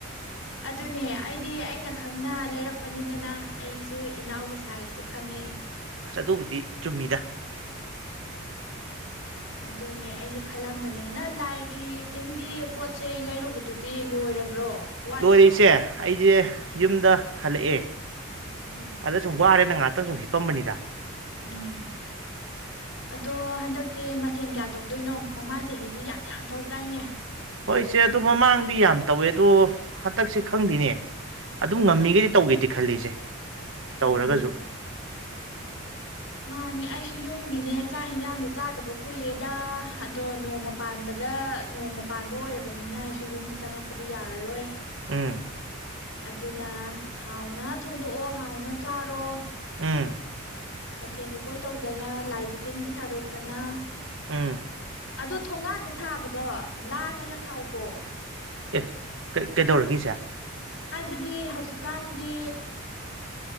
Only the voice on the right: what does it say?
ꯑꯁ ꯑꯗꯨꯕꯨꯗꯤ ꯆꯨꯝꯃꯤꯗ
ꯂꯣꯏꯔꯁꯦ ꯑꯩꯁꯦ ꯌꯨꯝꯗ ꯍꯜꯂꯛꯑꯦ
ꯑꯗ ꯁꯨꯝꯕ ꯑꯔꯦ ꯅ ꯉ ꯈꯤꯇꯪꯁꯨ ꯍꯤꯄꯝꯕꯅꯤꯗ
ꯍꯣꯏ ꯏꯆꯦ ꯑꯗꯨꯣ ꯃꯃꯥꯡꯗꯤ ꯌꯥꯝ ꯇꯧꯋꯦ ꯑꯗꯣ ꯍꯟꯗꯛꯁꯦ ꯈꯪꯗꯦꯅꯦ ꯑꯗꯨꯝ ꯉꯝꯃꯤꯒꯩꯗꯤ ꯇꯧꯒꯦꯗꯤ ꯈꯜꯂꯤꯁꯦ ꯇꯧꯔꯒꯁꯨ
ꯎꯝ
ꯎꯝ
ꯎꯝ
ꯑꯦ ꯀꯩꯗꯧꯔꯒꯁꯦ